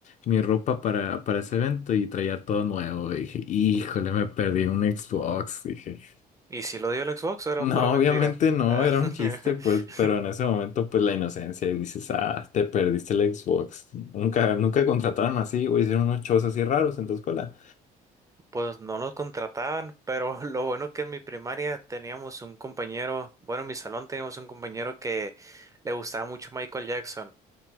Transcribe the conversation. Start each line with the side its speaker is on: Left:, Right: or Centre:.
Left: mi ropa para, para ese evento y traía todo nuevo. Y dije, híjole, me perdí un Xbox, dije.
Right: Y si lo dio el Xbox, o era
Left: No,
Right: pura mentira.
Left: obviamente no,
Right: <laughs>
Left: era un chiste, pues, pero en ese momento, pues, la inocencia y dices, ah, te perdiste el Xbox. Nunca, nunca contrataron así o hicieron unos shows así raros en tu escuela.
Right: Pues no lo contrataban, pero <laughs> lo bueno que en mi primaria teníamos un compañero, bueno, en mi salón teníamos un compañero que le gustaba mucho Michael Jackson